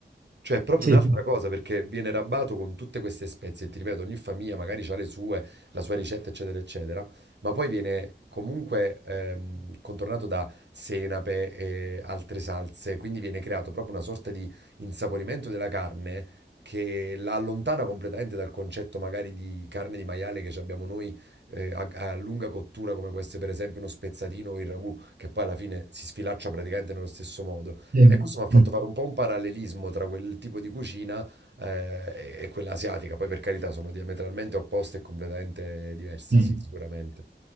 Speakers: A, on the right (about 75°); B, on the right (about 50°).
A: Cioè, è proprio
B: sì,
A: un'altra cosa perché viene rabbato con tutte queste spezie. E ti ripeto, ogni famiglia magari ha le sue, la sua ricetta, eccetera, eccetera ma poi viene comunque ehm, contornato da senape e altre salse, quindi viene creato proprio una sorta di insaporimento della carne che la allontana completamente dal concetto magari di carne di maiale che ci abbiamo noi eh, a, a lunga cottura, come può essere per esempio uno spezzatino o il ragù, che poi alla fine si sfilaccia praticamente nello stesso modo.
B: sì. Mm,
A: E questo mi ha fatto fare un po' un parallelismo tra quel tipo di cucina eh, e e quella asiatica. Poi per carità sono diametralmente opposte e completamente diverse,
B: mm.
A: sì, sicuramente.